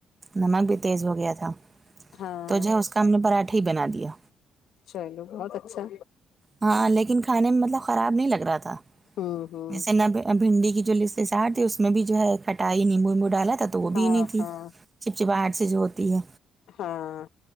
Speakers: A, on the right (about 25°); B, on the left (about 75°).
A: نمک بھی تیز ہو گیا تھا
B: ہاں
A: تو جو کا ہم نے پراٹھا ہی بنا دیا
B: چلو بہت اچھا
A: ہاں لیکن کھانے میں مطلب خراب نہیں لگ رہا تھا
B: ہوں ہوں
A: جیسے نہ بھنڈی کی جو ل اس میں بھی جو ہے کٹائی نیمبو ویمبو ڈالا تھا تو وہ
B: ہاں
A: بھی نہیں تھی
B: ہاں
A: چپچپاہٹ سے جو ہوتی ہے
B: ہاں